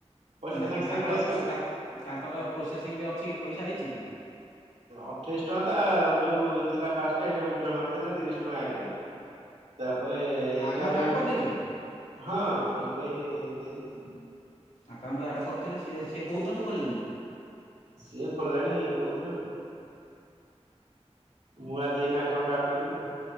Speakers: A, on the right; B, on the left.
A: ପଇସାଟା
B: ନା
A: ସାଙ୍ଗେ ସାଙ୍ଗେ
B: ତାଙ୍କର
A: ପଳେଇ ଆସିବ
B: ତାଙ୍କର
A: ନା।
B: ପ୍ରୋସେସିଂ ରେ ଅଛି କି ପଇସା ଆଇଛି କି?
A: ଅଠେଇଶି ଟଙ୍କା ତ ଯୋଉ ଥିଲା ଫାଷ୍ଟ ସେଇଟା ଉଡ୍ର ମାରିଥିଲା ତିରିଶ ଟଙ୍କା ଆଇଲା। ତାପରେ ଏଇଟା
B: ଆକାଉଣ୍ଟ
A: ଯୋଉ
B: ଆଡ୍ କରିଦେଇଛନ୍ତି
A: ହଁ ଏବେ ଦେଇଦେଇଛି।
B: ଆକାଉଣ୍ଟ ଆଡ଼୍ କରିଥିଲେ, ସେ ସେ କଉଁ ଦିନଠୁ ଖୋଲିଲେନି?
A: ସିଏ ଖୋଲୀଳାଣି କୋଉ ଦିନଠୁ। ମୁଁ ଆଜି ଏଇନା ଆକାଉଣ୍ଟ ଆଡ୍ କରିବି।